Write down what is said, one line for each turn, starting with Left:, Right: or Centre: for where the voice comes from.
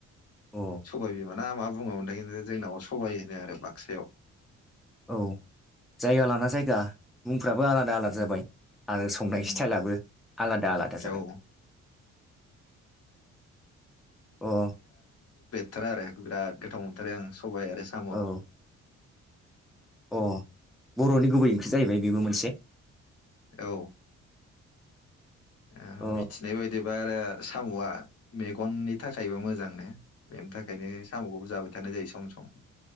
Centre: अ
Left: सबाइ बिमा मोना मा बुङोमोनथाय खिन्थु जोंनाव सबाय होनो आरो बाक्सायाव
Centre: औ जायगा लाना जायगा मुं फोराबो आलादा आलादा
Left: उम
Centre: जाबाय आरो संनाय
Left: उम
Centre: स्टाइलाबो आलादा आलादा जाबाय
Left: औ
Centre: अ
Left: थार आरो बिराद गोथाव मोनथारो आं सबाय आरो साम
Centre: औ अ बर'नि गुबै ओंख्रि जाहैबाय बेबो मोनसे
Left: औ औ
Centre: अ
Left: मिथिनाय बायदिबा आरो सामआ मेगननि थाखायबो मोजांनो बेनि थाखायनो सामखौबो जाबाय थानाय जायो सम सम